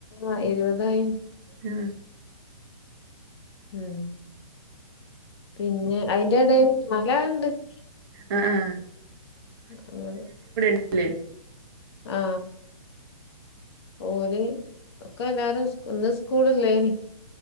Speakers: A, on the left; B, on the right.
A: ആ ഇരുപതായി
B: ആ
A: ഉം പിന്നെ അയ്ന്റെ എടെല് നാലള് ണ്ട് <unintelligible>
B: ആ ആ
A: അങ്ങനെ
B: ല്ലെ
A: ആ ഓല് ഒക്കെല്ലാരും സ്കൂ ഇന്ന് സ്കൂള് ഇല്ലേനി